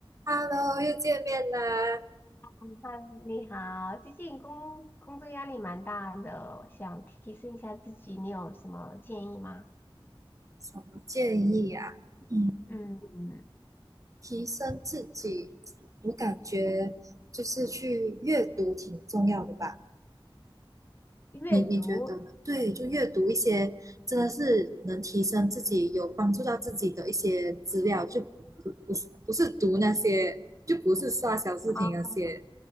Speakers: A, on the right (about 35°); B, on the left (about 20°).
A: Hello，又见面啦！
B: 嗯嗨你好，最近工工作压力蛮大的，想提升一下自己，你有什么建议吗？
A: 什么建议啊？嗯，
B: 嗯，
A: 提升自己，我感觉就是去阅读挺重要的吧？
B: 阅读
A: 你你觉得呢？对，就阅读一些真的是能提升自己、有帮助到自己的一些资料，就不不是不是读那些，就不是刷小视频那些。
B: 啊，